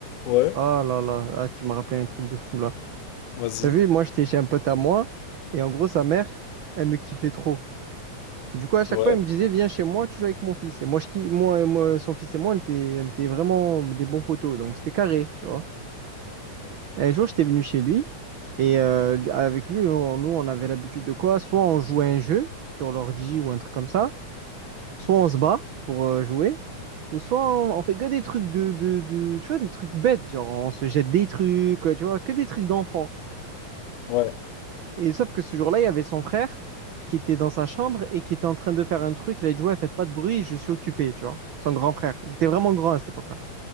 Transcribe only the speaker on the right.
Oh là là, ah, tu me rappelles un truc de fou là.
T'as vu, moi, j'étais chez un pote à moi, et en gros, sa mère, elle me kiffait trop. Du coup, à chaque
fois, elle me disait, viens chez moi, tu joues avec mon fils. Et moi, je, ki- moi, et moi, son fils et moi, on était, on était vraiment des bons potos, donc c'était carré, tu vois. Et un jour, j'étais venu chez lui, et euh, lui- avec lui, nous, on nous, on avait l'habitude de quoi? Soit on jouait à un jeu sur l'ordi ou un truc comme ça, soit on se bat pour euh, jouer, ou soit on, on fait que des trucs de, de, de, tu vois, des trucs bêtes, genre on se jette des trucs, euh, tu vois, que des trucs d'enfant.
Et sauf que ce jour-là, il y avait son frère qui était dans sa chambre et qui était en train de faire un truc. Il a dit, ouais, faites pas de bruit, je suis occupé, tu vois. Son grand frère. Il était vraiment grand à cette époque-là,